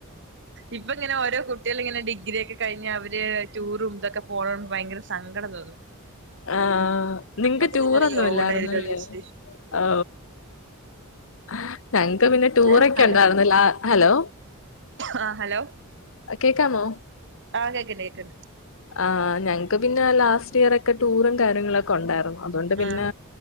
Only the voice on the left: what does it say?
ആഹ
നിങ്ങക്ക് ടൂറൊന്നും
ഇല്ലായിരുന്നല്ലേ
ഓ <unintelligible> ഞങ്ങക്ക് പിന്നെ ടൂറൊക്കെ
ഉണ്ടായിന്നില്ല ഹലോ
കേക്കാമോ
ആ ഞക്ക് പിന്നെ ലാസ്റ്റ് ഇയർ ഒക് ക്കെ ടൂറും കാര്യങ്ങളൊക്കെ ഒണ്ടായിരുന്നു അതുകൊണ്ട്
പിന്നെ